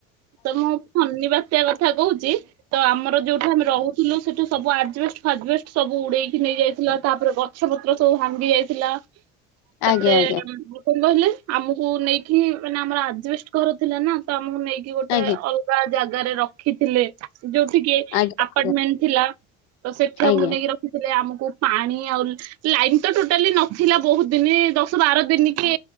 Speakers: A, on the right; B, on the left.
A: ତ ମୁଁ ଶନିବାର ଆ କଥା କହୁଚି, ତ ଆମର ଯୋଉଠୁ ଆମେ ରହୁଥିଲୁ ସେଠୁ ସବୁ ଆଜବେଷ୍ଟ ଫାଜବେଷ୍ଟ ସବୁ ଉଡେଇକି ନେଇ ଯାଇଥିଲା, ତାପରେ ଗଛ ପତ୍ର ସବୁ ଭାଙ୍ଗି ଯାଇଥିଲା ତାପରେ
B: ଆଜ୍ଞା ଆଜ୍ଞା
A: କଣ କହିଲେ? ଆମକୁ ନେଇକି ମାନେ ଆମର ଆଜବେଷ୍ଟ ଘର ଥିଲା ନା, ତ ଆମକୁ ନେଇକି ଗୋଟେ
B: ଆଜ୍ଞା
A: ଅଲଗା ଜାଗାରେ ରଖିଥିଲେ ଯୋଉଠିକି
B: ଆଜ୍ଞା
A: ଆପାର୍ଟମେଣ୍ଟ ଥିଲା, ତ ସେଠି
B: ଆଜ୍ଞା
A: ଆମକୁ ନେଇକି ରଖିଥି ଲେ, ଆମକୁ ପାଣି ଆଉ, ଲାଇନ ତ ଟୋଟାଲି ନଥିଲା ବହୁତ ଦିନି, ଦଶ ବାର ଦିନି କି